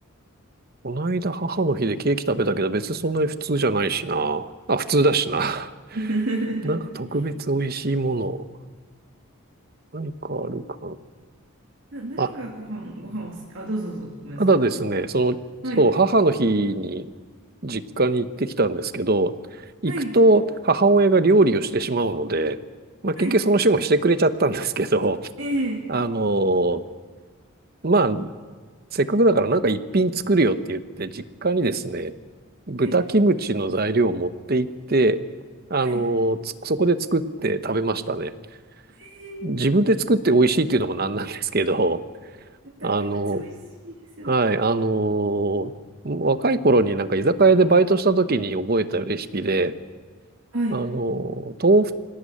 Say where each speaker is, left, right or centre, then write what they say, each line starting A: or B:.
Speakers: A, on the right; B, on the right.
A: この間母の日でケーキ食べたけど別にそんなに普通じゃないしな。あ、普通だしな。<laughs>
B: <laughs>
A: なんか特別美味しいもの。何かあるか
B: な、何がご飯、
A: な。あ、
B: ご飯は好き、あ、どうぞどうぞ、ごめんなさい。
A: ただですね、その、そう、
B: はい、
A: 母の日に実家に行ってきたんですけど、行くと母親が料理をしてしまうので、
B: はい、
A: まあ結局その日もしてくれちゃったんですけど、
B: はい、ええ
A: <laughs> あの、まあせっかくだからなんか一品作るよって言って、実家にですね、豚キムチの材料を持って行って、
B: はい、
A: あの、
B: はい、
A: つそこで作って食べましたね。
B: ええ
A: 自分で作って美味しいっていうのもなんなんですけど、
B: 豚キムチ美味しいですよね。
A: あの、はい、あの、若い頃になんか居酒屋でバイトした時に覚えたレシピで、
B: はい、
A: あの、豆腐